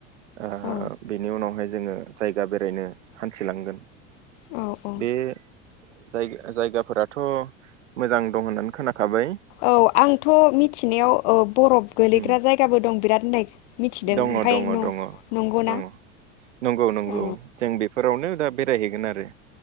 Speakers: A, on the right; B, on the left.
A: ओ
B: औ
A: बेनि उनावहाय। जोंङो जायगा बेरायनो हान्थिलांगोन।
B: औ औ
A: बे। जाय जायगाफोराथ'। मोजां दं होननानै खोनाखाबाय
B: औ आंथ' मिथिनायाव ओ बरफ। गोलैग्रा
A: उम
B: जायगाबो दं बिराद। <unintelligible>
A: दङ'
B: ओमफाय
A: दङ'
B: न-नंगौना
A: दङ' दङ' नंगौ नंगौ
B: औ
A: जों बेफोरावनो दा। बेरायहैगोन आरो।